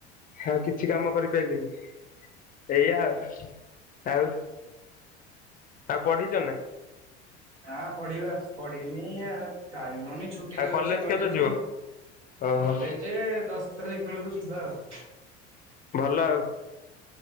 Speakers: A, on the left (about 25°); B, on the right (about 75°).
A: ଆଉ କିଛି କାମ କରିପାରିଲିନି ଏଇଆ ଆଉ। ଆଉ ଆଉ ପଢି଼ଛ ନା?
B: ନା ପଢ଼ିବା ପଢି଼ନି ଆଉ ଟାଇମ ହଉନି ଛୁ ଛୁଟି
A: ଆଉ
B: ରେ କଲେଜ
A: କେବେ ଯିବ
B: ରୁ,
A: ଓହୋ
B: କଲେଜ ଦଶ ତାରିଖ ବେଳକୁ ଯିବା ଆଉ।
A: ଭଲ ଆଉ।